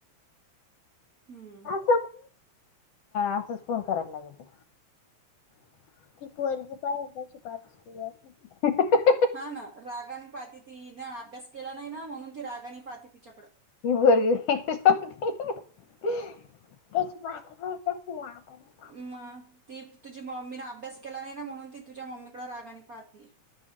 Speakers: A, on the right; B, on the left.
A: हम्म.
B: हा असंच फोन करायला लागेल. <unintelligible> पाच. <unintelligible>
A: हा ना रागाने पाहती ती हीन अभ्यास केला नाही ना म्हणून ती रागाने पाहते तिच्याकडं.
B: बरंय. <unintelligible> तेच. <unintelligible>
A: म. ती तुझी मम्मीन अभ्यास केला नाही ना म्हणून ती तूझ्या मम्मीकड रागानी पाहतीये.